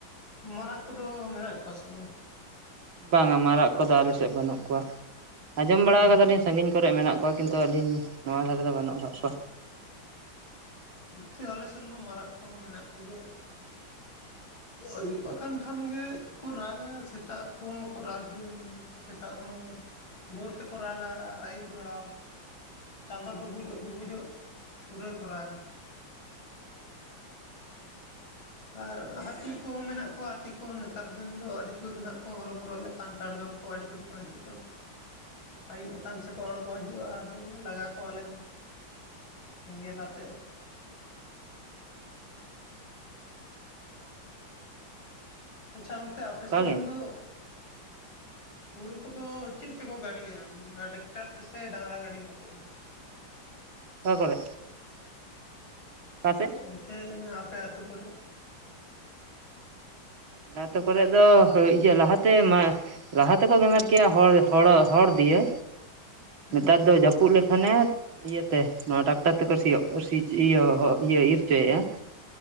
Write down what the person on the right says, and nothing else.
ᱵᱟᱝᱟ ᱢᱟᱨᱟᱜ ᱠᱚᱫᱚ ᱟᱞᱮ ᱥᱮᱫ ᱵᱟᱹᱱᱩᱜ ᱠᱚᱣᱟ ᱟᱸᱡᱚᱢ
ᱵᱟᱲᱟ ᱠᱟᱫᱟᱞᱤᱧ ᱥᱟᱺᱜᱤᱧ ᱠᱚᱨᱮᱫ ᱢᱮᱱᱟᱜ ᱠᱚᱣᱟ ᱠᱤᱱᱛᱩ ᱟᱹᱞᱤᱧ ᱱᱚᱣᱟ ᱫᱷᱟᱨᱮ ᱫᱚ ᱵᱟᱹᱱᱩᱜ ᱠᱟᱫ ᱠᱚᱣᱟ᱾
<unintelligible>
<unintelligible>
<unintelligible>
ᱚᱱᱠᱟᱜᱮ
<unintelligible>
ᱚᱠᱟ ᱠᱚᱨᱮ ᱚᱠᱟ ᱥᱮᱫ
ᱟᱞᱮ ᱟᱹᱛᱩ ᱠᱚᱨᱮᱫ ᱫᱚ ᱤᱭᱟᱹ ᱞᱟᱦᱟᱛᱮ ᱢᱟ ᱞᱟᱦᱟ ᱛᱮᱠᱚ ᱜᱮᱢᱮᱨ ᱠᱮᱜᱼᱟ ᱦᱚᱲ ᱦᱚᱲ ᱦᱚᱲ ᱫᱤᱭᱟᱹ
ᱱᱮᱛᱟᱨ ᱫᱚ ᱡᱟᱹᱯᱩᱫ ᱯᱩᱫ ᱞᱮᱠᱷᱟᱱᱮ ᱤᱭᱟᱹᱛᱮ ᱱᱚᱣᱟ ᱴᱟᱠᱴᱟᱨ ᱛᱮᱠᱚ ᱥᱤᱭᱳᱜ ᱤᱭᱟᱹ ᱤᱭᱟᱹ ᱤᱨ ᱦᱚᱪᱚᱭᱮᱫᱼᱟ ᱾